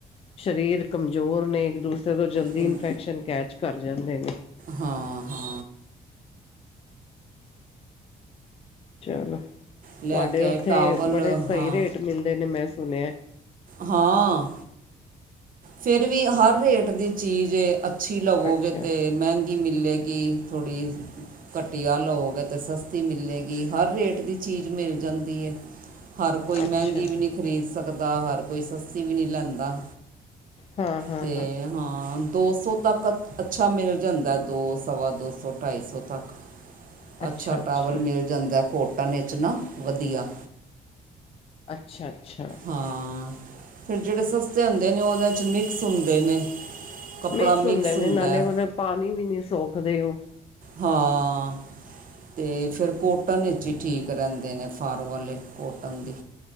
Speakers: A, on the left; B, on the right.
A: ਸਰੀਰ ਕਮਜ਼ੋਰ ਨੇ ਇੱਕ ਦੂਸਰੇ ਤੋਂ ਜਲਦੀ
B: ਕੰ-
A: ਇਨਫੈਕਸ਼ਨ ਕੈਚ ਕਰ ਜਾਂਦੇ ਨੇ।
B: ਹਾਂ, ਹਾਂ।
A: ਚਲੋ
B: ਲੈ
A: ਤੁਹਾਡੇ
B: ਕੇ
A: ਉੱਥੇ
B: ਆਏ ਟਾਵਲ
A: ਬੜੇ ਸਹੀ
B: ਹਾਂ
A: ਰੇਟ ਮਿਲਦੇ ਨੇ ਮੈਂ ਸੁਣਿਆ
B: ਹਾਂ ਫਿਰ ਵੀ ਹਰ ਰੇਟ ਦੀ ਚੀਜ਼ ਅੱਛੀ ਲਵੋਗੇ
A: ਅੱਛਾ
B: ਅਤੇ ਮਹਿੰਗੀ ਮਿਲੇਗੀ ਥੋੜ੍ਹੀ ਜ ਘਟੀਆ ਲਓ ਗਏ ਤੇ ਸਸਤੀ ਮਿਲੇਗੀ ਹਰ ਰੇਟ ਦੀ ਚੀਜ਼ ਮਿਲ ਜਾਂਦੀ ਹੈ। ਹਰ ਕੋਈ ਮਹਿੰਗੀ
A: ਅੱਛਾ
B: ਵੀ ਨਹੀਂ ਖਰੀਦ ਸਕਦਾ ਹਰ ਕੋਈ ਸਸਤੀ ਵੀ ਨਹੀਂ ਲੈਂਦਾ।
A: ਹਾਂ ਹਾਂ
B: ਤੇ ਹਾਂ ਦੋ ਸੋ ਤੱਕ ਅਛਾ ਮਿਲ ਜਾਦਾ ਦੋ ਸਵਾ ਦੋ ਸੌ ਢਾਈ ਸੋ ਤੱਕ
A: ਅੱਛਾ
B: ਅਛਾ
A: ਅੱਛਾ
B: ਟਾਵਲ ਮਿਲ ਜਾਦਾ ਕੋਟਨ ਵਿਚ ਨਾ ਵਧੀਆ।
A: ਅਛਾ ਅਛਾ
B: ਹਾਂ ਫਿਰ ਜਿਹੜੇ ਸਸਤੇ ਹੁੰਦੇ ਨੇ ਉਹਨਾ 'ਚ ਮਿਕਸ ਹੁੰਦੇ ਨੇ ਕੱਪੜਾ
A: ਮਿਕਸ ਹੁੰਦੇ ਨੇ
B: ਹੁੰਦਾ
A: ਨਾਲੇ ਉਹਨ ਪਾਣੀ ਵੀ ਨੀ ਸੋਖਦੇ ਉਹ
B: ਹਾਂ ਅਤੇ ਫਿਰ ਕੋਟਨ ਵਿਚ ਹੀ ਠੀਕ ਰਹਿਦੇ ਨੇ ਫਰ ਵਾਲੇ ਕੋਟਨ ਦੀ